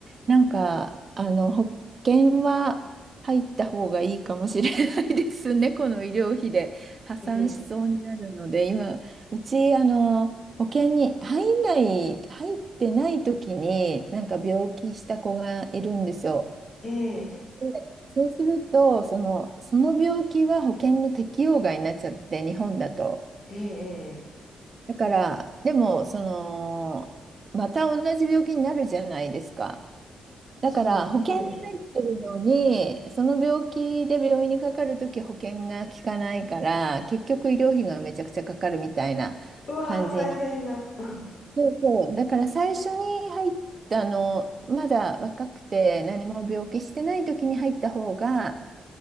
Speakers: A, on the right; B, on the left.
A: なんか、あの、保険は入った方がいいかもしれないですね。<laughs> この医療費で破産しそうになるので、
B: ええ、
A: 今、うち、あの、保険に入んない、入ってない時に、なんか病気した子がいるんですよ。
B: ええ、
A: でそうすると、その、その病気は保険の適用外になっちゃって、日本だと。
B: ええ、ええ
A: だから、でも、その、また同じ病気になるじゃないですか。
B: そうです。
A: だから、保険に入ってるのに、
B: ええ。
A: その病気で病院にかかるとき保険が効かないから、結局医療費がめちゃくちゃかかるみたいな
B: うわー、
A: 感じに。
B: 大変な。<laughs>
A: そうそう。だから最初に入ったあの、まだ若くて何も病気してないときに入った方が、